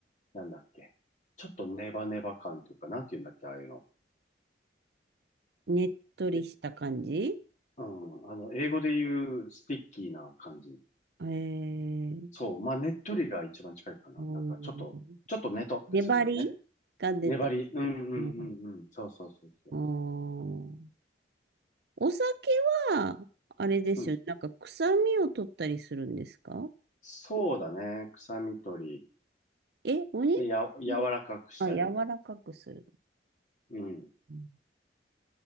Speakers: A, on the left (about 40°); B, on the right (about 60°).
A: う、なんだっけ。ちょっとネバネバ感というか、なんて言うんだっけ、ああいうの。
B: あねっとりした感じ
A: え、うん、あの、英語で言うスティッキーな感じ。
B: ええー、
A: そう、まあ、ねっとりが一番近いかな。
B: う
A: なんか、ちょっと、
B: ん
A: ちょっとねとってするよね。
B: 粘りが出てる。
A: 粘り。うんうんうんうん。
B: うん
A: そうそうそうそ
B: あーお酒は、あれですよね。
A: う。うん。
B: なんか臭みを取ったりするんですか
A: そうだね。臭み取り。
B: え、お肉をあ、
A: で、や、柔らかくしたり。
B: 柔らかくする。
A: うん。
B: うん